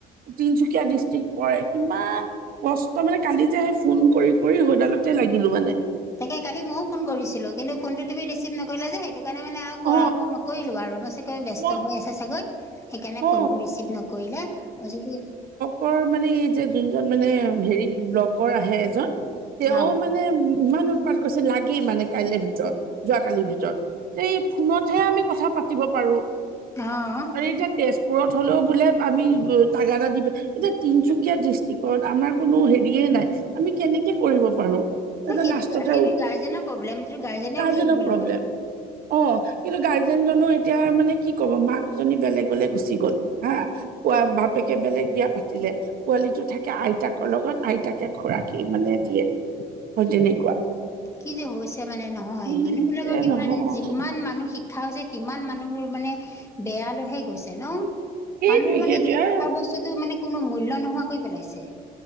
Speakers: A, on the right (about 60°); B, on the left (about 15°).
A: তিনচুকীয়া ডিষ্টিক পৰে কিমান কষ্ট মানে কালি যে সে ফোন কৰি কৰি সডালতে লাগিলো মানে
B: তাকে কালি ময়ো ফোন কৰিছিলো কিন্তু ফোনটো তুমি ৰিচিভ নৰিলা যে সেইটো কাৰণে মানে আও
A: অ
B: আকৌ নকৰিলো আৰু মই চাগে ব্যস্ত
A: মই
B: হৈ আছে চাগৈ সেইকাণে
A: অ
B: ফোনটো ৰিচিভ নকৰিলে মই যদি
A: কৰ মানে এই যে যোনজন মানে হেৰি ব্ল আহে এজন তেওঁ
B: অ
A: মান মানে ইমান উৎপাত কৰিছে লাগেই মানে কাইলে ভিতৰত যোৱাকালিৰ ভিতৰত এই ফোনতহে আমি কথা পাতিব পাৰো
B: অ
A: আৰু এতিয়া তেজপুৰত হ'লেও বোলে আমি তাগাদা দিব এতিয়া তিনচুকীয়া ডিষ্ট্ৰিক কত আমাৰ কোনো হেৰিয়ে নাই আমি কেনেকে কৰিব পাৰো তাৰপিছত
B: ন সেইটো
A: লাষ্টত
B: সেইটো
A: আৰু
B: গাৰ্জেনৰ প্ৰব্লেমটো গাৰ্জেনে
A: গাৰ্জেনৰ
B: উলিয়াই দিব
A: প্ৰব্লেম
B: লাগিব
A: অ কিন্তু গাৰ্জেন জনো এতিয়া মানে কি ক'ব মাক জনী বেলেগ। লে গুচি গ'ল হা কোৱা বাপেকে বেলেগ বিয়া পাতিলে পোৱালিটো থাকে আইতাকৰ লগত আইতাকে খুড়াকি মানে দিয়ে হয় তেনেকুৱা
B: কি যে হৈছে মানে নহয়
A: কি
B: মানুহ বিলাকৰ
A: যে
B: কিমান
A: নহয়
B: যিমান মানুহ শিক ক্ষা হৈছে সিমান মানুহবোৰ মানে বেয়ালৈহে গৈছে ন
A: সেইটোৱে
B: মানুহৰ মানে
A: সেইটোৱে
B: শিক্ষা
A: আৰু
B: বস্তুটো মানে কোনো মূল্য নোহোৱা কৰি পেলাইছে